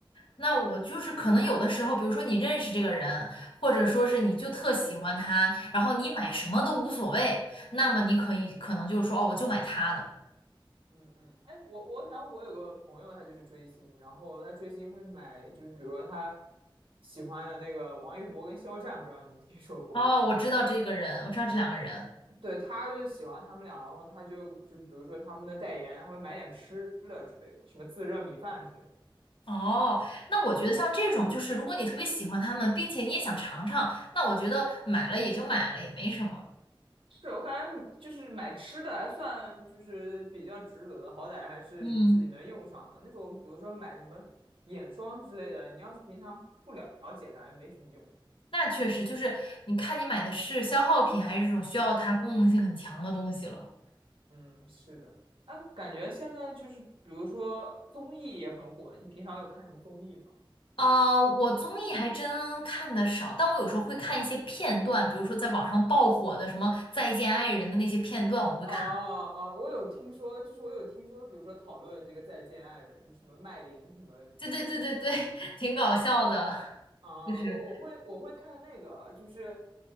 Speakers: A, on the left; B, on the right.
A: 那我就是可能有的时候，比如说你认识这个人，或者说是你就特喜欢他，然后你买什么都无所谓，那么你可以可能就是说哦，我就买他的。
B: 嗯嗯，哎，我我想我有个朋友，他就是追星，然后他追星会买，就是比如说他喜欢的那个王一博跟肖战，不知道你们听说过？
A: 哦，我知道这个人，我知道这两个人，
B: <laughs> 对，他就喜欢他们俩，然后他就就比如说他们的代言，他会买点吃的之类的，什么自热米饭之类的。
A: 哦，那我觉得像这种，就是如果你特别喜欢它们，并且你也想尝尝，那我觉得买了也就买了，也没什么。
B: 是我感觉就是买吃的还算就是比较值得的，好歹还是就是自己能用上的那种，
A: 嗯，
B: 比如说买什么眼霜之类的，你要是平常不了解，感觉没什么用。
A: 那确实就是你看你买的是消耗品，还是这种需要它功能性很强的东西了。
B: 嗯，是的，哎，感觉现在就是，比如说综艺也很火，你平常有看什么综艺吗？
A: 啊、我综艺还真看的少，但我有时候会看一些片段，比如说在网上爆火的什么《再见爱人》的那些片段，我会看。
B: 啊啊，我有听说，就是我有听说，比如说讨论这个《再见爱人》，就什么麦琳什么他们
A: 对对对对对，<laughs> 挺搞笑的，
B: 啊，
A: 就是。
B: 我我会我会看那个，就是